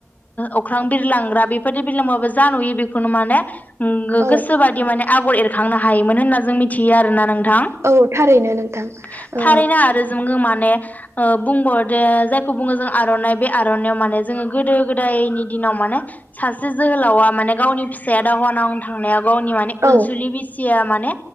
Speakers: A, on the left; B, on the right.
A: अख्रां बिरलांग्रा बेफोर बादि बिरलांबाबो नुयो बेखौनो माने
B: औ
A: गोसोबादि माने आगर एरखांनो हायोमोन होनना जों मिथियो आरोना। थारैनो
B: औ नोंथां ओ
A: आरो जोङै माने बुंबाव दे जायखौ बुङो जों आर'नाइ बे आर'नाआव माने जोङो गोदो गोदायनि दिनाव माने सासे जोहोलावा माने गावनि फिसाया दावहा नांनो थांनायाव। गावनि मने अनसुलि
B: औ
A: बिसिया माने